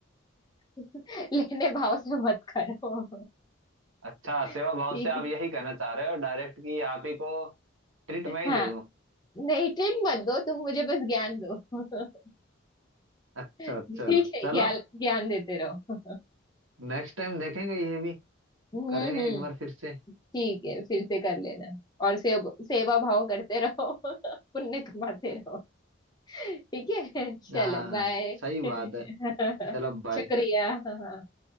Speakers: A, on the left (about 20°); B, on the right (about 80°).
A: <laughs> लेने भाव से मत करो
B: अच्छा सेवा
A: <laughs>
B: भाव
A: ठीक
B: से आप
A: है
B: यही कहना चाह रहे हो डायरेक्ट कि आप ही को ट्रीट मैं ही
A: हाँ
B: दे दूं
A: नहीं ट्रीट मत दो तुम मुझे बस ज्ञान दो <laughs>
B: अच्छा
A: ठीक
B: अच्छा
A: है
B: चलो
A: ज्ञान ज्ञान देते रहो
B: नेक्स्ट टाइम देखेंगे ये भी
A: हम्म
B: करेंगे
A: हम्म,
B: एक बार फिर से
A: ठीक है फिर से कर लेना और सेव, सेवा भाव करते रहो <laughs> पुण्य कमाते रहो ठीक है चलो
B: हाँ
A: बाय
B: सही बात
A: <laughs>
B: है चलो भाई
A: शुक्रिया हाँ हाँ।